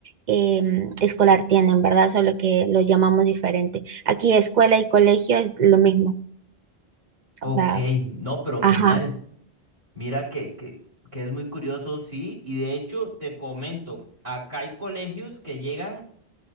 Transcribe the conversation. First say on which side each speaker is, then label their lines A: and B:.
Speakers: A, on the right (about 55°); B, on the right (about 35°).
A: eh, escolar tienen, ¿verdad? Solo que lo llamamos diferente. Aquí escuela y colegio es lo mismo.
B: Ok,
A: O sea,
B: no, pero genial.
A: ajá.
B: Mira que, que, que es muy curioso, sí. Y de hecho, te comento, acá hay colegios que llegan